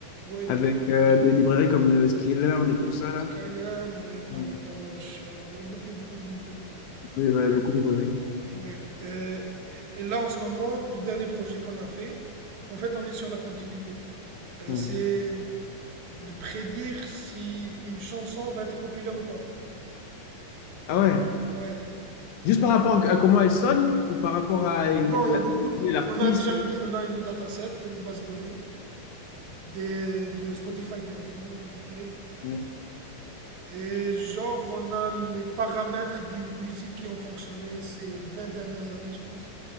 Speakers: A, on the right; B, on the left.
A: Ouais,
B: avec
A: du Python.
B: euh, des librairies comme euh, Skillearn et tout ça là.
A: Skylern, ouais, PyTorch,
B: Vous
A: euh, il y a beaucoup beaucoup de librairies. ouais.
B: pouvez, ouais, beaucoup de librairies.
A: Ouais. Euh, et et là, en ce moment, le dernier projet qu'on a fait, en fait, on est sur la continuité. Euh,
B: Ouais.
A: c'est de prédire si une chanson va être populaire ou pas.
B: Ah ouais.
A: Ouais.
B: Juste par rapport à comment elles sonnent ou par rapport à y-
A: Non, il
B: la-
A: y a beaucoup. de-
B: l'artiste.
A: On a déjà une, on a une dataset, une base de données des, de Spotify directement, on a récupéré.
B: Ouais,
A: Et genre, on a les paramètres des musiques qui ont fonctionné ces 20 dernières années, je pense.